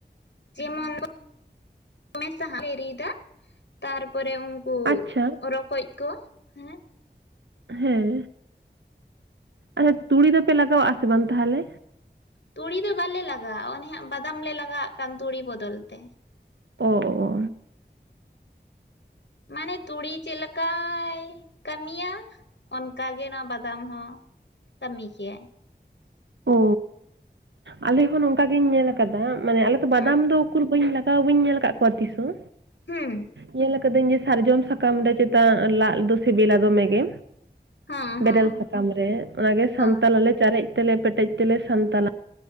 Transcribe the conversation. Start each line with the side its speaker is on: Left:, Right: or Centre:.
Left: ᱡᱮᱢᱚᱱ ᱫᱚ ᱫᱚᱢᱮ <unintelligible> ᱥᱟᱦ ᱮᱨᱤᱭᱟ ᱛᱟᱨᱯᱚᱨᱮ ᱩᱱ ᱠᱚ
Right: ᱟᱪᱪᱷᱟ
Left: ᱨᱚᱠᱚᱡ ᱠᱚ ᱦᱮᱸ
Right: ᱦᱮᱸ ᱟᱪᱪᱷᱟ <unintelligible> ᱛᱩᱲᱤ ᱫᱚᱯᱮ ᱞᱟᱜᱟᱣ ᱟᱥᱮ ᱵᱟᱝ ᱛᱟᱦᱚᱞᱮᱼᱼ
Left: ᱛᱩᱲᱤ ᱫᱚ ᱵᱟᱞᱮ ᱞᱟᱜᱟᱣᱟᱜ ᱚᱱᱮᱦᱟᱜ ᱵᱟᱫᱟᱢ ᱞᱮ ᱞᱟᱜᱟᱣᱟᱜ ᱠᱟᱱ ᱛᱩᱲᱤ ᱵᱚᱫᱚᱞ ᱛᱮ ᱾
Right: ᱚᱻ ᱚᱻ
Left: ᱢᱟᱱᱮ ᱛᱩᱲᱤ ᱪᱮᱫ ᱞᱮᱠᱟᱭ ᱠᱟᱹᱢᱤᱭᱟᱼᱼ ᱚᱱᱠᱟᱜᱮ ᱱᱚᱣᱟ ᱵᱟᱫᱟᱢ ᱦᱚᱸ ᱠᱟᱹᱢᱤ ᱠᱮᱭᱟ᱾
Right: ᱚ ᱟᱞᱮ ᱦᱚᱸ ᱱᱚᱝᱠᱟ ᱜᱤᱧ ᱧᱮᱞ ᱟᱠᱟᱫᱟ, ᱢᱟᱱᱮ ᱵᱟᱫᱟᱢ
Left: ᱦᱩᱸ
Right: ᱫᱚ ᱩᱠᱩᱨ ᱦᱟᱛᱟᱣ ᱵᱟᱹᱧ ᱧᱮᱞ ᱟᱠᱟᱫ ᱠᱚᱣᱟ ᱛᱤᱥᱦᱚᱸ᱾
Left: ᱦᱩᱸᱻ
Right: ᱧᱮᱞ ᱟᱠᱟᱫᱟᱹᱧ ᱡᱮ ᱥᱟᱨᱡᱚᱢ ᱥᱟᱠᱟᱢ ᱨᱮ ᱪᱮᱛᱟ ᱞᱟᱫ ᱫᱚ ᱥᱮᱵᱤᱞᱟ ᱫᱚᱢᱮ ᱜᱮ᱾
Left: ᱦᱚᱸ
Right: ᱵᱮᱨᱮᱞ
Left: ᱦᱚᱸ
Right: ᱥᱟᱠᱟᱢ ᱨᱮ ᱚᱱᱟᱜᱮ ᱥᱟᱱᱛᱟᱞᱮ
Left: ᱦᱳᱭ
Right: ᱪᱟᱨᱮᱡ ᱛᱮᱞᱮ ᱯᱮᱴᱮᱡ ᱛᱮᱞᱮ ᱥᱟᱱᱛᱟᱞ- ᱟᱼᱼ